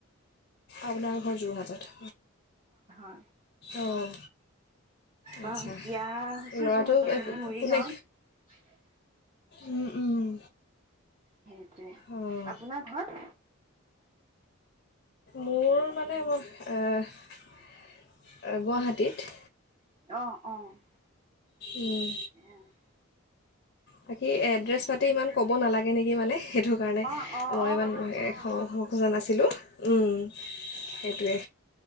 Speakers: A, on the left (about 45°); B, on the right (about 25°).
A: আপোনাৰ ঘৰ যোৰহাটত
B: <unintelligible> উ,
A: অঁ
B: অহ,
A: আচ্ছা
B: বিয়া হৈছে
A: ল'ৰাটো
B: যোৰহাটত
A: এ,
B: এনে মৰিগাঁৱত।
A: কোনে উম, উম।
B: সেইটোৱে
A: অঁ
B: আপোনাৰ ঘৰ?
A: মোৰ মানে মোহ এহ, এ, গুৱাহাটীত।
B: অ', অ'।
A: উম,
B: এ, অ'।
A: বাকী এড্ৰেছ পাতি ইমান ক'ব নালাগ তেনেকে মানে সেইটো কাৰণে
B: অ অ
A: মই
B: অ
A: ইমান
B: গম পাইছো
A: এ,
B: গম পাইছো
A: খ-খোজা নাছি দিলোঁ উম, সেইটোৱে